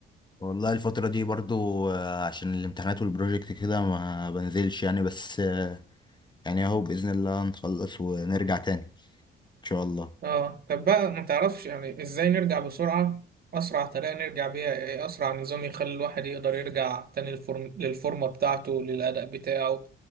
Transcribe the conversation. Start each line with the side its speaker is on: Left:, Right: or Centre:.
Left: والله الفترة دي برضو آه، عشان الامتحانات والبروجكت كده ما بنزلش يعني بس آه، يعني اهو بإذن الله نخلص ونرجع تاني ان شاء الله
Right: آه طب بقى ما تعرفش يعني إزاي نرجع بسرعة أسرع طريقة نرجع بيها إيه أسرع نظام يخلي الواحد يقدر يرجع تاني الفورم للفورمة بتاعته للأداء بتاعه